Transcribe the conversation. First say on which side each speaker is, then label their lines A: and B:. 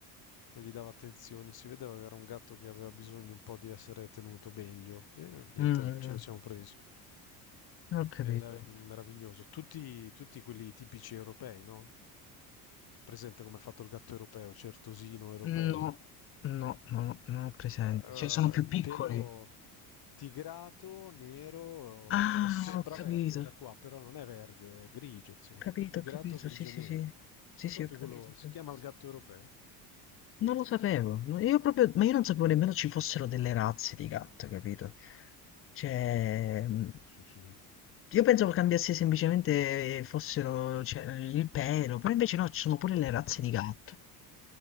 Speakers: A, on the left (about 50°); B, on the left (about 30°).
A: non gli dava attenzioni, si vedeva che era un gatto che aveva bisogno un po' di essere tenuto meglio e niente,
B: Mm, mm,
A: ce
B: mm.
A: lo siamo presi.
B: ho capito.
A: Ed è meraviglioso. Tutti, tutti quelli tipici europei, no? Presente come è fatto il gatto europeo, certosino europeo.
B: No, no, no, no, non ho presente.
A: Eh,
B: Cioè, sono più piccoli.
A: pelo tigrato, nero,
B: Ah,
A: <laughs> sembra
B: ho capito,
A: verde da
B: ho
A: qua, però non è verde, è grigio, insomma.
B: capito,
A: Tigrato,
B: ho capito,
A: grigio-nero.
B: sì, sì, sì. Sì,
A: È
B: sì,
A: proprio
B: ho capito.
A: quello,
B: ho
A: si
B: capito.
A: chiama il gatto europeo. Sì.
B: Non lo sapevo, no, io proprio, ma io non sapevo nemmeno ci fossero delle razze di gatto, capito? Cioè,
A: Eh,
B: mh,
A: sì, sì.
B: io pensavo cambiasse semplicemente eh, fossero, cioè, il pelo, però invece no, ci sono pure le razze di gatto.